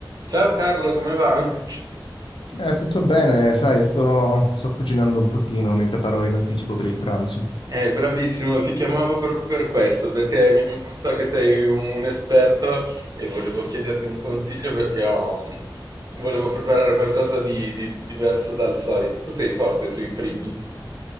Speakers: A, on the right; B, on the left.
A: Ciao Carlo, come va?
B: Eh, tutto bene, sai, sto, sto cucinando un pochino, mi preparo in anticipo per il pranzo.
A: Eh, bravissimo, ti chiamavo proprio per questo, perché mm, so che sei un, un esperto e volevo chiederti un consiglio perché ho, mm, volevo preparare qualcosa di, di diverso dal solito. Tu sei forte sui primi?